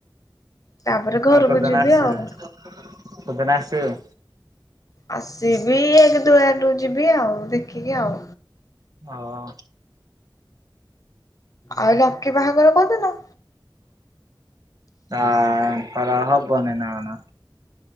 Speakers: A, on the left; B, on the right.
A: ତାପରେ ଘରକୁ
B: ଆଉ କୋଉ ଦିନ
A: ଯିବି
B: ଆସିବୁ?
A: ଆଉ।
B: କୋଦିନ ଆସିବୁ?
A: ଆସିବି ଏକ ଦୁଇ ଆଡକୁ ଯିବି ଆଉ, ଦେଖିକି ଆଉ।
B: ହଅ-ଅ।
A: ଆଉ ଲକି ବାହାଘର କୋଉ ଦିନ?
B: <unintelligible> ତାର ହବନି ନା କଣ।